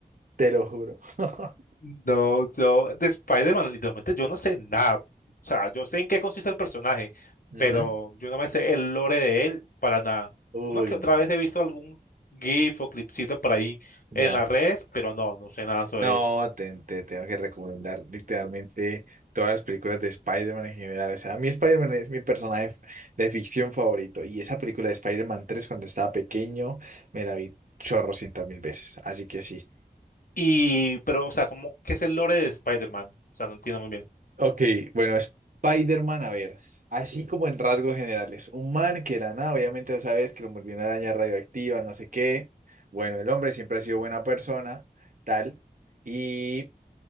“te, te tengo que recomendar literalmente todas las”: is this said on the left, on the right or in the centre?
Right